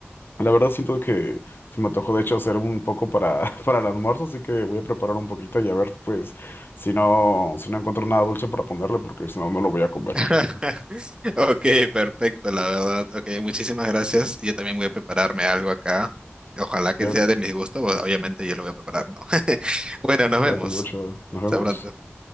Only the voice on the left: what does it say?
la verdad siento que se me antojó de hecho hacer un poco para, <laughs> para el almuerzo, así que voy a preparar un poquito y a ver pues si no, si no encuentro nada dulce para ponerle, porque si no, no lo voy a comer.
Cuídate,
cuídate
mucho, nos vemos.